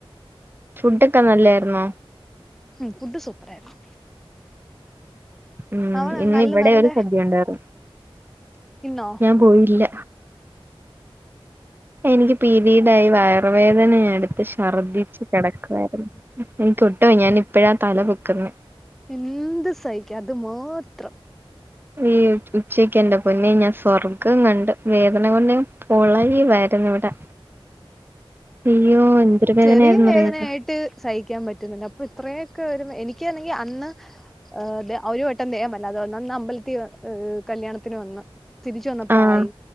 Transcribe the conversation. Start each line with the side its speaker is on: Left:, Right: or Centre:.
Right: ഫുഡൊക്കെ നല്ലായിരുന്നോ
Centre: ഉം ഫുഡ് സൂപ്പർ ആയിരുന്നു
Right: ഉം
Centre: അവള്
Right: ഇന്നി
Centre: നല്ല
Right: ഇവിടെ
Centre: നല്ല
Right: ഒരു സദ്യ ഉണ്ടാര്
Centre: ഇന്നോ
Right: പോയില്ല എനിക്ക് പിരീഡായി വയറുവേദനയ എടുത്ത് ഛർദിച്ചു കടക്കുവായിരുന്നു എനിക്കൊട്ടു വയ്യാ ഞാൻ ഇപ്പഴാ തല പൊക്കുന്നേ
Centre: എന്തും സഹിക്കാ അത് മാത്രം
Right: ഈ ഉച്ചയ്ക്ക് എന്റെ പൊന്നെ ഞാൻ സ്വർഗ്ഗം കണ്ട് വേദന കൊണ്ട് ഞാൻ പുളയുവായിരുന്നു. അയ്യോ എന്തൊരു വേദനയായിരുന്നു
Centre: ചെറിയ വേദനയായിട്ട്
Right: എന്ന് അറിയോ
Centre: സഹിക്കാൻ പറ്റുന്നുണ്ട് അപ്പോ ഇത്രയൊക്കെ ഒരു എനിക്കാണെങ്കിൽ അന്ന്- ആഹ് ഒരു വട്ടം ദേഹമല്ല അത് അന്ന് അമ്പലത്തില് ആഹ് കല്യാണത്തിന് വന്നാ- തിരിച്ച് വന്നപ്പോ
Right: ആഹ്
Centre: ആയി